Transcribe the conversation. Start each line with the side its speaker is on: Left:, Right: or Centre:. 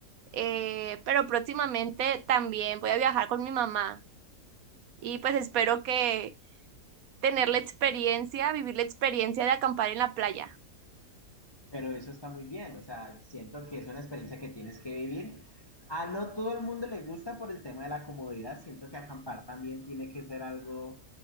Right: eh, pero próximamente también voy a viajar con mi mamá. Y pues espero que tener la experiencia, vivir la experiencia de acampar en la playa.
Left: Pero eso está muy bien, o sea, siento que es una experiencia que tienes que vivir. A no todo el mundo le gusta por el tema de la comodidad, siento que acampar también tiene que ser algo